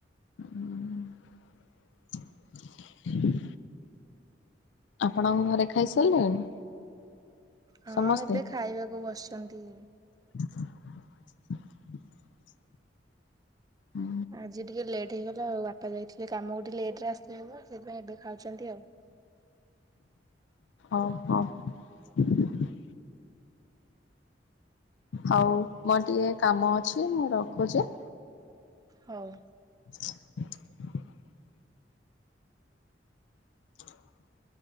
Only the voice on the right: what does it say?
ହଁ
ଏବେ ଖାଇବାକୁ ବସିଛନ୍ତି।
ଆଜି ଟିକେ ଲେଟ୍ ହେଇଗଲା ଆଉ ବାପା ଯାଇଥିଲେ କାମ ଲେଟ ରେ ଆସିଥିଲେ ତ ସେଇଥିପାଇଁ ଏବେ ଖାଉଛନ୍ତି ଆଉ।
ହଉ।